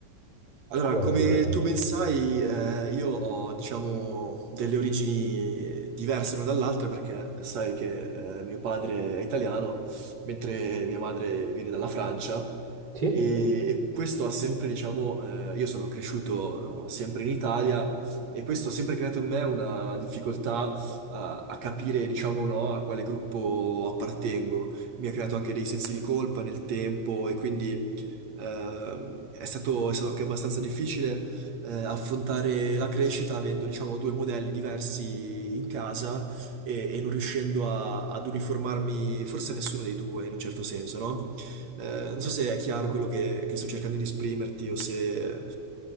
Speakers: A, on the right; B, on the right.
A: Allora,
B: qual è
A: come
B: il problema?
A: tu ben sai, eh, io ho, diciamo, delle origini diverse l'una dall'altra perché sai che eh, mio padre è italiano, mentre mia madre viene dalla Francia
B: Sì?
A: e, e questo ha sempre, diciamo, eh, io sono cresciuto eh, sempre in Italia e questo ha sempre creato in me una difficoltà a, a capire, diciamo, no, a quale gruppo appartengo. Mi ha creato anche dei sensi di colpa nel tempo e quindi eh, è stato, è stato anche abbastanza difficile eh, affrontare la crescita avendo, diciamo, due modelli diversi in casa e, e non riuscendo a- ad uniformarmi forse a nessuno dei due in un certo senso, no? Eh, non so se è chiaro quello che, che sto cercando di esprimerti o se eh,